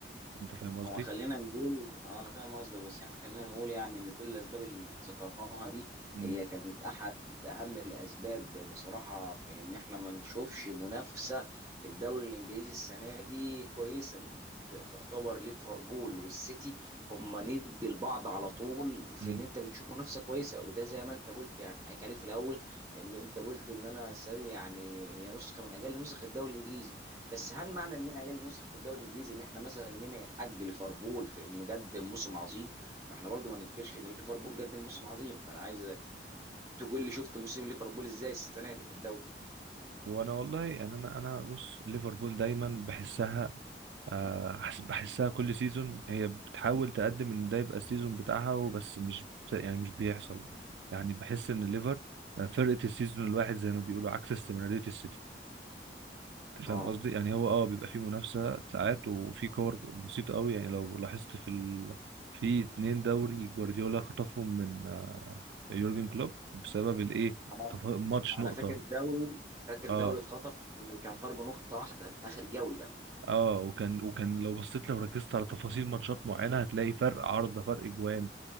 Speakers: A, on the right (about 80°); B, on the right (about 20°).
A: انت فاهم قصدي؟
B: هو خلينا نقول آه، انا فاهم قصدك بس احنا خلينا نقول يعني ان كل الاسباب اللي ذكرناها دي
A: امم
B: هي كانت احد اهم الاسباب بصراحه في ان احنا ما نشوفش منافسه في الدوري الانجليزي السنه دي كويسه لأن انت كنت تعتبر ليفربول والسيتي هم ند لبعض على طول في
A: امم
B: ان انت بتشوف منافسه كويسه وده زي ما انت قلت يعني حكيت عليه في الاول ان انت قلت ان انا السنه دي يعني هي نسخه من اجل نسخ الدوري الانجليزي بس هل معنى ان هي نسخ الدوري الانجليزي ان احنا مثلا نمي الحق ليفربول في انه قدم موسم عظيم ما احنا برضو ما ننكرش ان ليفربول قدم موسم عظيم فانا عايزك تقول لي شفت موسم ليفربول ازاي السنه دي في الدوري
A: وانا والله يعني انا انا بص ليفربول دايما بحسها آه، حس- بحسها كل سيزون هي بتحاول تقدم ان ده يبقى السيزون بتاعها وبس مش بت- يعني مش بيحصل يعني بحس ان ليفر آه، فرقة السيزون الواحد زي ما بيقولوا عكس استمرارية السيتي انت فاهم
B: اه
A: قصدي يعني هو اه بيبقى فيه منافسة ساعات وفي كور بسيطة قوي يعني لو لاحظت في ال... في اتنين دوري جوارديولا خطفهم من آه، يورجن كلوب بسبب الايه
B: انا
A: تف- ماتش
B: انا
A: نقطة
B: فاكر الدوري فاكر
A: اه
B: دوري اتخطف كان فرق نقطه واحده في اخر جوله
A: اه وكان وكان لو بصيت لو ركزت على تفاصيل ماتشات معينة هتلاقي فرق عارضة فرق جوان